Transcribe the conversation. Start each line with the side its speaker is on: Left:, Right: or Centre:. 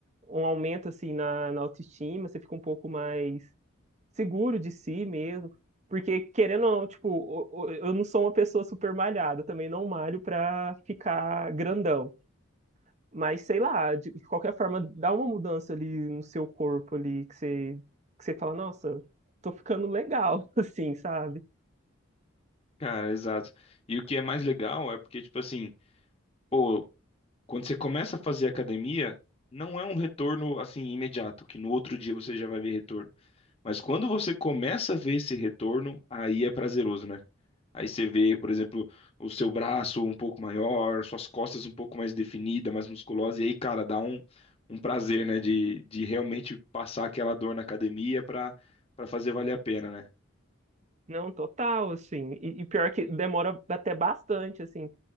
Right: um aumento, assim, na, na autoestima, você fica um pouco mais seguro de si mesmo. Porque, querendo ou não, tipo, o- o- eu não sou uma pessoa super malhada, eu também não malho pra ficar grandão. Mas sei lá, de, de qualquer forma, dá uma mudança ali no seu corpo ali que você, que você fala, nossa, tô ficando legal, <laughs> assim, sabe?
Left: Cara, exato. E o que é mais legal é porque, tipo assim, pô, quando você começa a fazer academia, não é um retorno assim imediato, que no outro dia você já vai ver retorno. Mas quando você começa a ver esse retorno, aí é prazeroso, né? Aí você vê, por exemplo, o seu braço um pouco maior, suas costas um pouco mais definida, mais musculosa, e aí, cara, dá um, um prazer, né, de, de realmente passar aquela dor na academia pra, pra fazer valer a pena, né?
Right: Não, total, assim. E, e pior que demora até bastante, assim.